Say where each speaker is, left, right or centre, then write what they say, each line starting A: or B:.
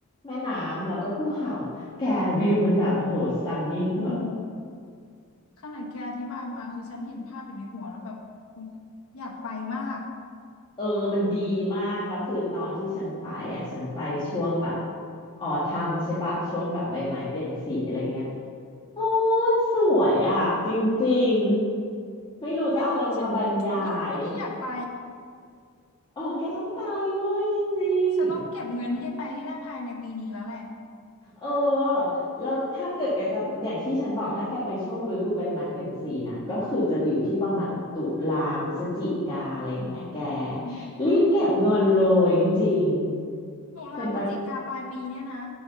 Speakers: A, on the left; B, on the left.
A: แม่น้ำแล้วก็ภูเขาแกวิวมันแบบโอ้โหสตันนิ่งคือแบบ
B: โหขนาดแกอธิบายมาคือฉันเห็นภาพอยู่ในหัวแล้วแบบโอ้อยากไปมาก
A: เออมันดีมากแล้วคือตอนที่ฉันไปอ่ะฉันไปช่วงแบบออทัมใช่ปะช่วงแบบใบไม้เปลี่ยนสีอะไรเงี้ยโอ้สวยอ่ะจริงๆไม่รู้จะเอาอะไรมามาบรรยาย
B: เฮ้ยฉันยิ่งพูดยิ่งอยากไป
A: เออแกต้องไปเว้ยจริงๆ
B: ฉันต้องเก็บเงินให้ไปให้ได้ภายในปีนี้แล้วแหละ
A: เออแล้วถ้าเกิดแกจะอย่างที่ฉันบอกถ้าแกไปช่วงฤดูใบไม้เปลี่ยนสีนะก็คือจะอยู่ที่ประมาณแบบตุลาพฤศจิกาอะไรอย่างเงี้ยแก
B: อืม
A: รีบเก็บเงินเลยจริงๆเป็นประ
B: ตุลาพฤศจิกาปลายปีเนี่ยนะ